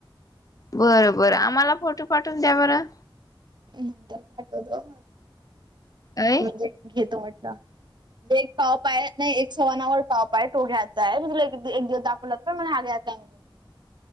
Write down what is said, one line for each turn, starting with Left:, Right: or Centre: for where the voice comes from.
Left: बरं बर आम्हाला फोटो पाठवून द्या बरं.
Right: नंतर पाठवतो,
Left: अय
Right: म्हणजे घेतो म्हटलं. जे एक टॉप आहे ना एक सवणानावर टॉप आहे तो घ्यायचा आहे तु एक एक दिवस दाखवला पण मला हा घ्या <unintelligible>